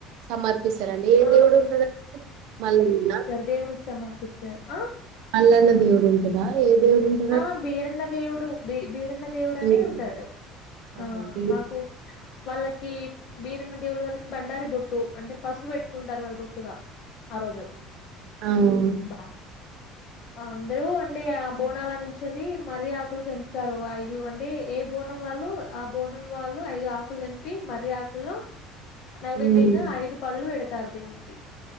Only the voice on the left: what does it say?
ఆ
దేవుడికి సమ పిస్తా ఆ
ఆ బీరన్న దేవుడు బీ బీరన్న దేవుడు
అనే ఉంటాడు
ఆ
మాకు వాళ్ళకి బీరన్న దేవులు వాళ్ళకి బండారి బొట్టు అంటే పసుపు పెట్టుకుంటారు వాళ్ళ బొట్టుగా ఆ రోజు
బా అందరూ అంటే ఆ బోనాలని నుంచి వెళ్ళి మరిఆకులు తెంపుతారు ఐదు అంటే ఏ బోనం వాళ్ళు ఆ బోనం వాళ్ళు ఐదు ఆకు ఆకులు తెంపి మర్రి ఆకుల్లో నైవేద్యంగా
ఐదు పళ్లు పెడతారు దేవునికి